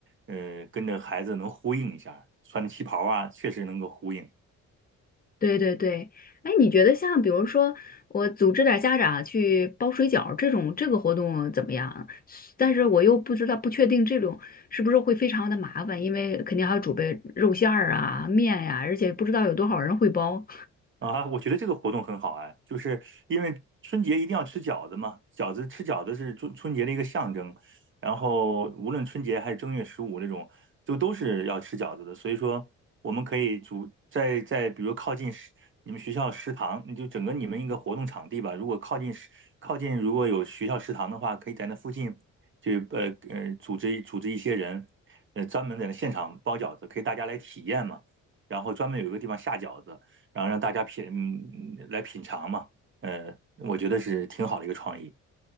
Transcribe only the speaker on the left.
对对对，哎，你觉得像比如说我组织点儿家长啊去包水饺儿这种这个活动怎么样啊？但是我又不知道不确定这种是不是会非常的麻烦，因为肯定还要准备肉馅儿啊、面呀、而且不知道有多少人会包。